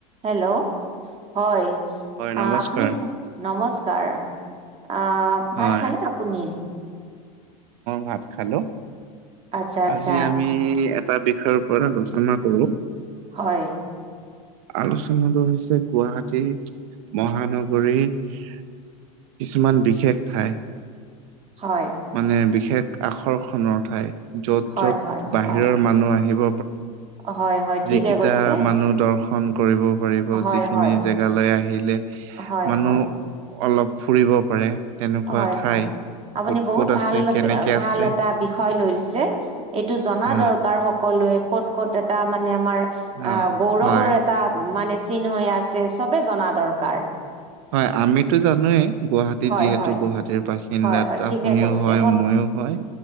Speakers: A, on the right; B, on the right.
A: Hello, হয়
B: হয় নমস্কাৰ
A: আপুনি নমস্কাৰ। আহ
B: হয়
A: ভাত খালে আপুনি?
B: ভাত খালো।
A: আচ্ছা আচ্ছা
B: আজি আমি টা বিষয়ৰ ওপৰত আলোচনা কৰো।
A: হয়
B: আলোচনাটো হৈছে গুৱাহাটী মহানগৰী কিছুমান বিশেষ ঠাই!
A: হয়।
B: মানে বিশেষ আকৰ্ষণৰ ঠাই য'ত
A: হয়
B: য'ত
A: হয়
B: বাহিৰৰ
A: হয়
B: মানুহ আহিব
A: হয় হয় ঠিকে
B: যিকেইটা
A: কৈছে
B: মানুহ দৰ্শন কৰিব পাৰিব
A: হয়
B: যিখিনি
A: হয়
B: জেগালৈ আহিলে
A: হয়
B: মানুহ
A: হয়
B: অলপ ফুৰিব পাৰে। তেনেকুৱা
A: হয়,
B: ঠাই
A: হয় আপুনি
B: ক'ত
A: বহুত
B: ক'ত আছে
A: ভাল
B: কেনেকে
A: ভাল
B: আছে
A: এটা বিষয় লৈছে এইটো জনা
B: অ
A: দৰকাৰ সকলোৱে ক'ত ক'ত এটা মানে আমাৰ আ,
B: অ
A: গৌৰৱৰ
B: হয়
A: এটা মানে চিন হৈ আছে চবে জনা দৰকাৰ।
B: হয়, আমিতো জানোৱেই। গুৱাহাটীত
A: হয়
B: যিহেতু
A: হয়
B: গুৱাহাটীৰ বাসিন্দাত
A: হয় হয় ঠিকে
B: আপুনিও
A: কৈছে
B: হয় ময়ো হয়